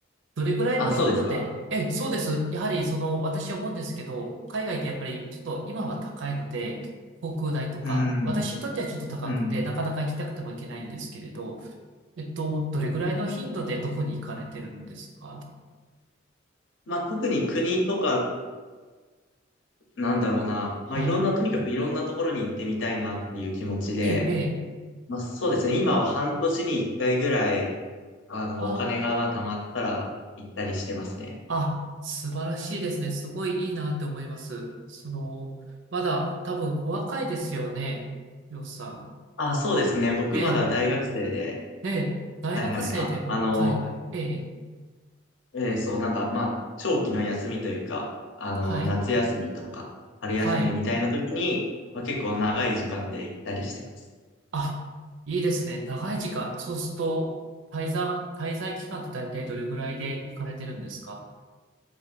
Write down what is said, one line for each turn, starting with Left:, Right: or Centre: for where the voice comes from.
Right: どれぐらいの頻度で、
Left: あ、そうですか。
Right: え、そうです。やはり、その、私思うんですけど、海外ってやっぱりちょっと今は高いので、航空代とか、
Left: うん。
Right: 私にとってはちょっと高くて、
Left: うん。
Right: なかなか行きたくても行けないんですけれど、えっと、どれぐらいの頻度でどこに行かれてるんですか
Left: まあ、特に国とか、なんだろうな。
Right: はい。
Left: まあ、いろんな、とにかくいろんなところに行ってみたいなっていう気持ちで、
Right: ええ、ええ。
Left: まあ、そうですね。今は半年に一回ぐらい、あの、
Right: ああ。
Left: お金がまあ貯まったら行ったりしてますね。
Right: あ、素晴らしいですね。すごいいいなって思います。その、まだ多分お若いですよね、りょうさん。
Left: あ、そうですね。僕まだ大学生で、
Right: ええ、ええ、大学生でも海外。
Left: はいはい。あ、あの、
Right: ええ、
Left: えーそう、なんか、まあ、長期の休みというか、あの、
Right: はい、
Left: 夏休みとか、春休みみたいな時に、
Right: はい。
Left: まあ、結構長い時間で行ったりしてます。
Right: あ、いいですね。長い時間。そうすると、滞在、滞在期間って大体どれぐらいで行かれてるんですか